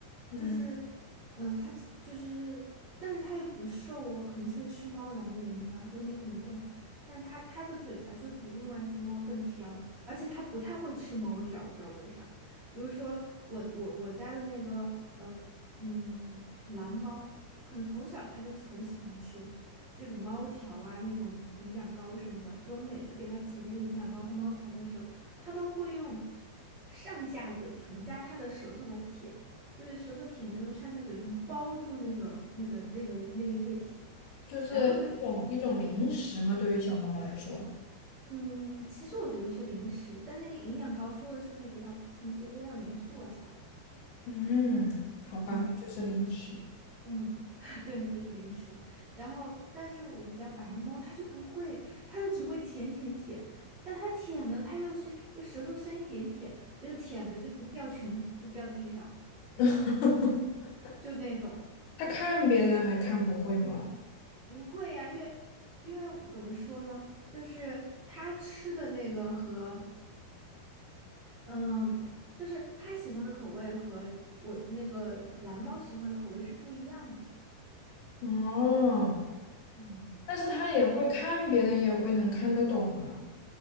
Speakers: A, on the left; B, on the right.
A: 嗯，
B: 就是嗯，它就是，但是它又不瘦哦，可能是因为吃猫粮的原因吧，又没怎么动。但它它的嘴巴就比另外一只猫更挑，而且它不太会吃猫条，不知道为啥。比如说我我我家的那个呃嗯蓝猫，可能从小它就很喜欢吃。这种猫条啊，那种营养膏什么的，所以我们每次给它挤那个营养膏或猫条的时候，它都会用上下嘴唇加它的舌头来舔，就是舌头舔着用上下嘴唇包住那个那个那个那个液体。
A: 就是一种一种零食嘛，
B: 然后呢，
A: 对于小猫来说。
B: 嗯，其实我觉得是零食，但那个营养膏说的是可以给它补充一些微量元素啊啥的，
A: 嗯，好吧，
B: 嗯。
A: 就是零食。
B: 嗯，<laughs> 对，这是零食。然后，但是我们家白猫它就不会，它就只会舔舔舔。但它舔呢，它又是就舌头伸一点舔，就是舔的就掉全都掉地上，
A: <laughs>
B: 就那种
A: 他看别人还看不会吗？
B: 不会呀、因为因为怎么说呢，就是它吃的那个和嗯，就是它喜欢的口味和我那个蓝猫喜欢的口味是不一样的。
A: 哦，
B: 嗯。
A: 但是他也会看别人，也会能看得懂啊。